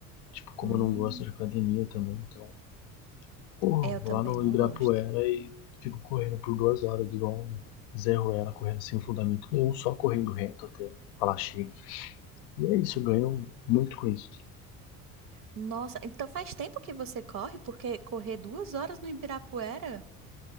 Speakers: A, on the left (about 65°); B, on the right (about 50°).
A: Tipo, como
B: Hum,
A: eu não gosto de academia também, então corro,
B: é, eu
A: vou
B: também
A: lá no
B: não
A: Ibirapuera
B: gosto.
A: e fico correndo por duas horas, igual um Zé Ruela, correndo sem fundamento nenhum, só correndo reto até falar chega. E é isso, eu ganho muito com isso.
B: Nossa, então faz tempo que você corre, porque correr duas horas no Ibirapuera?